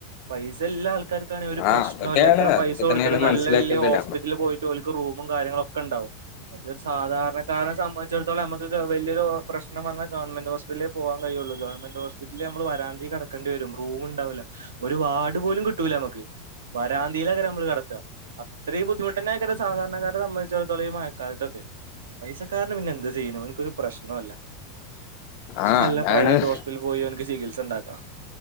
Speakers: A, on the right (about 80°); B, on the left (about 55°).
A: പൈസ എല്ല ആ ആക്കാർക്കണ ഒരു പ്രശ്നല്ല
B: ആഹ് അതൊക്കെയാണ്
A: എത്ര
B: അതൊക്കെ
A: പൈസ കൊടുത്തിട്ടും
B: തന്നെയാണ് മനസ്സിലാക്കേണ്ടത്
A: നല്ല വലിയ ഹോസ്പിറ്റലിൽ പോയി ട്ടോൽക് റൂംമും കാര്യങ്ങളൊക്കെ ണ്ടാവും പക്ഷെ സാധാരണക്കാരെ സംബന്ധിച്ചിടത്തോളം നമുക്ക് വലിയരു പ്രശ്നം വന്നാ ഗവൺമെറ് ഹോസ്പിറ്റലേ പോവാൻ കഴയുള്ളൂ ഗവമെന്റ് ഹോസ്പറ്റില് നമ്മള് വരാന്തി കടക്കണ്ടി വരുംറൂം ഉണ്ടാവൂല ഒരുവാഡ്‌ പോലും കിട്ടൂല നമുക്ക് വരാന്തിയിലെ നമ്മള് കെടക്ക അത്രയും ബുദ്ധിമുട്ടന്നെ ക്കാ സാധാർണക്കാര സംമ്മേച്ചടുത്തോളം ഈ മഴക്കാലത്തൊക്കെ പൈസ കാരന് പിന്നെ എന്ത് സീനു അവ്നിക്കൊരു പ്രശ്നോ ഇല്ല
B: ആഹ്
A: അല്ല
B: അതാണ്
A: പ്രൈവറ്റ് ഹോസ്പിറ്റൽ പോയി അവ്നിക്ക് ചികിത്സ ഇണ്ടാക്കാം